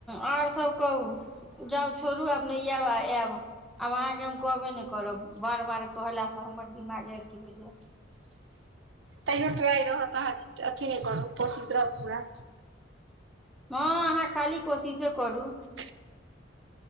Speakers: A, in the centre; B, on the right.
A: आर सब कहू जाउ छोड़ू आब नहि आयब आयब आब अहाँके हम कहबे नहि करब बार बार कहलास से हमर दिमागे अथी होय
B: तैयो ट्राय रहत अहाँ अथी नहि करू कोशिश रहत पूरा
A: हँ अहाँ खाली कोशिशे करू
B: <inaudible>